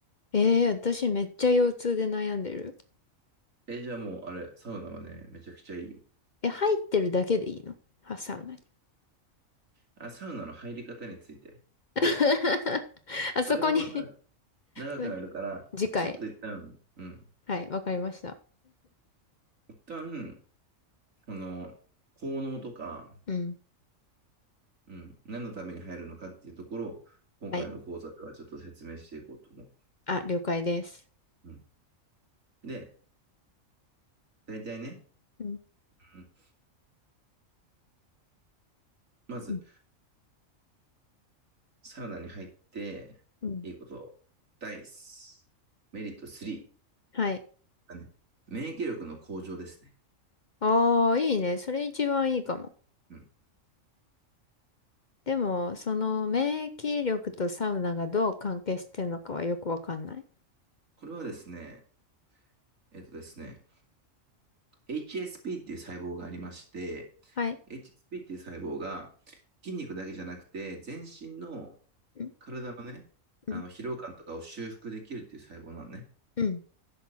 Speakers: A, on the left; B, on the right.
A: ええー私めっちゃ腰痛で悩んでる。
B: え、じゃあもうあれ、サウナはね、めちゃくちゃいいよ。
A: え、入ってるだけでいいのは、サウナに。
B: あ、サウナの入り方について。
A: <laughs> あそこに
B: それはまた長くなるから、
A: <laughs> 次回。
B: ちょっと一旦、うん。
A: はい、わかりました。
B: 一旦、この、効能とか、
A: うん。
B: うん、何のために入るのかっていうところを、今回の講座ではちょっと説明していこうと思う。
A: はい。あ、了解です。
B: うん、で、大体ね、
A: うん。
B: うん、まず、
A: うん。
B: サウナに入って、
A: うん
B: いいこと。ダイス。メリット3。
A: はい。
B: がね。免疫力の向上ですね。
A: ああ、いいね。それ一番いいかも。
B: うん。
A: でも、その免疫力とサウナがどう関係してるのかはよくわかんない。
B: これはですね、えっとですね、HSP っていう細胞がありまして、
A: はい。
B: HSP っていう細胞が筋肉だけじゃなくて、全身の
A: うん。
B: 体のね、あの疲労感とかを修復できるっていう細胞なのね。
A: うん。うん